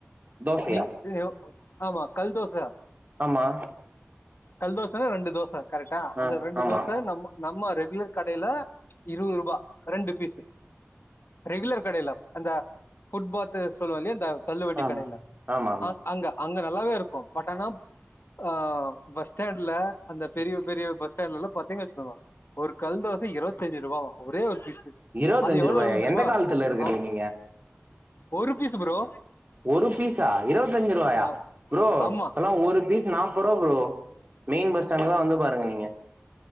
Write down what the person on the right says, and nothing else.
தோசையா
ஆமா
ஆ
ஆமா
ஆமா
ஆமா ஆமா
இருபத்தஞ்சு
ரூபாய்
எந்த காலத்துல இருக்குறீங்க
நீங்க
ஒரு பீஸா இருபத்தஞ்சு ரூபாயா
ப்ரோ
அதல்லாம் ஒரு பீஸ் நாற்பது ரூபா ப்ரோ மெயின் பஸ் ஸ்டாண்ட்லாம் வந்து பாருங்க நீங்க